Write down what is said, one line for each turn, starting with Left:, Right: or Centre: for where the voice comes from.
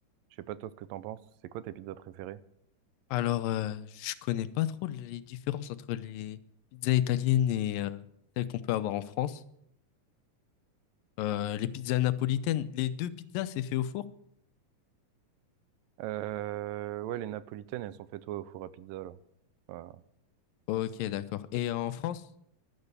Right: Je sais pas toi ce que t'en penses. C'est quoi tes pizzas préférées?
Left: Alors, euh, je connais pas trop les différences entre les pizzas italiennes et euh, celles qu'on peut avoir en France. Euh, les pizzas napolitaines, les deux pizzas, c'est fait au four.
Right: Euh, ouais, les napolitaines, elles sont faites ouais, au four à pizza là. Voilà.
Left: Ok, d'accord. Et en France?